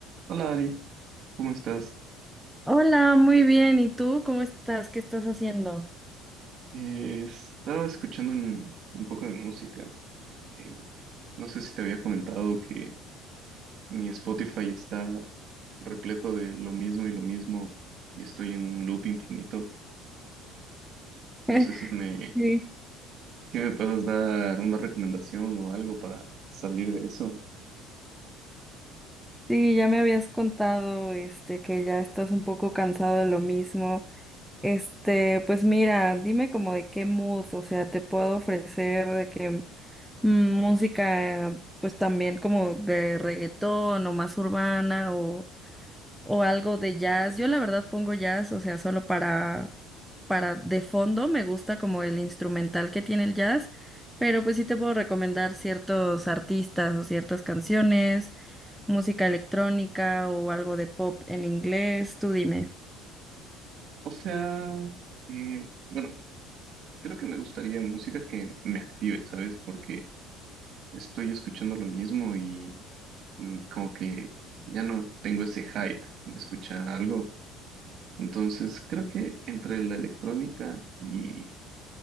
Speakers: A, on the right; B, in the centre.
A: Hola Ari, ¿cómo estás?
B: Hola, muy bien. ¿Y tú cómo estás? ¿Qué estás haciendo?
A: Eh, estaba escuchando un, un poco de música. Eh, no sé si te había comentado que mi Spotify está repleto de lo mismo y lo mismo y estoy en un loop infinito.
B: <laughs>
A: No sé si me,
B: Sí,
A: si me puedas dar una recomendación o algo para salir de eso.
B: sí, ya me habías contado, este, que ya estás un poco cansado de lo mismo. Este, pues mira, dime como de qué mood, o sea, te puedo ofrecer de que mm, música, pues también como de reggaetón o más urbana o o algo de jazz. Yo la verdad pongo jazz, o sea, solo para, para de fondo me gusta como el instrumental que tiene el jazz, pero pues sí te puedo recomendar ciertos artistas o ciertas canciones, música electrónica o algo de pop en inglés, tú dime.
A: O sea, eh, bueno, creo que me gustaría música que me active, ¿sabes? Porque estoy escuchando lo mismo y mm, como que ya no tengo ese hype de escuchar algo. Entonces, creo que entre la electrónica y,